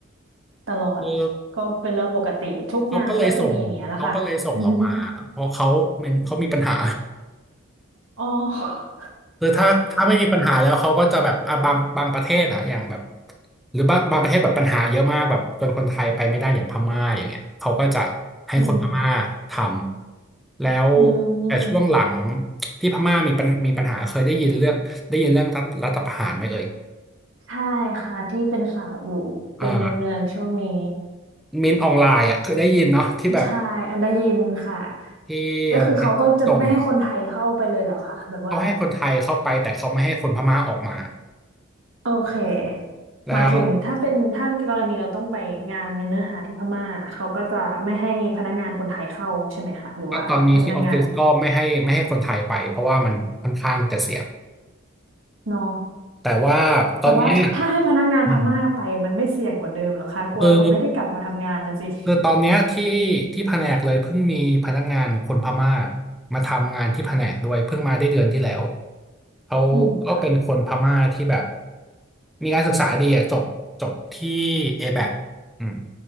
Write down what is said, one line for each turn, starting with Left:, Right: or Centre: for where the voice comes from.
Right: ตลอด
Centre: คือ
Right: ก็เป็นเรื่องปกติทุกงานก็จะมีอย่างเงี้ยแหละค่ะ
Centre: เขาก็เลยส่งเขาก็เลยส่งเรามาครับเพราะเขามันเขามีปัญหา
Right: <laughs> อ๋อ
Centre: คือถ้าถ้าไม่มีปัญหาแล้วเขาก็จะแบบอ่ะบางบางประเทศอะอย่างแบบหรือบางบางประเทศแบบปัญหาเยอะมากแบบจนคนไทยไปไม่ได้อย่างพม่าอย่างเงี้ยเขาก็จะให้คนพม่าท
Right: อืม
Centre: ำแล้ว
Right: อืม
Centre: แต่ช่วงหลังที่พม่ามีปัญมีปัญหาเคยได้ยินเรื่องได้ยินเรื่องรัฐรัฐประหารไหมเอ่ย
Right: ใช่ค่ะที่เป็นข่าวอยู่เป็นเนืองๆช่วงนี้
Centre: อ่ามินออนไลน์อะเคยได้ยินเนาะที่แบบ
Right: ใช่ได้ยินค่ะ
Centre: ที่อะไรนะส่ง
Right: ก็คือเขาก็จะไม่ให้คนไทยเข้าไปเลยเหรอคะแบบว่า
Centre: เขาให้คนไทยเข้าไปแต่เขาไม่ให้คนพม่าออกมา
Right: โอเค
Centre: แล้ว
Right: หมายถึงถ้าเป็นถ้ากรณีเราต้องไปงานมีเนื้อหาที่พม่าเขาก็จะไม่ให้พนักงานคนไทยเข้าใช่ไหมคะหรือว่าให้พนักงาน
Centre: ก็ตอนนี้ที่ออฟฟิศก็ไม่ให้ไม่ให้คนไทยไปเพราะว่ามันค่อนข้างจะเสี่ยง
Right: เนอะ
Centre: แต่ว่าตอนนี้
Right: แต่ว่าถ้าให้พนักงานพม่าไปมันไม่เสี่ยงกว่าเดิมเหรอคะกลัวเขาไม่ได้กลับมาทำงานนะสิ
Centre: อืมคือคือตอนเนี้ยที่ที่แผนกเลยเพิ่งมีพนักงานคนพม่ามาทำงานที่แผนกด้วยเพิ่งมาได้เดือนที่แล้วเขาก็เป็นคนพม่าที่แบบ
Right: อืมค่ะ
Centre: มีการศึกษาดีอะจบจบที่ ABAC อแบ็คอืม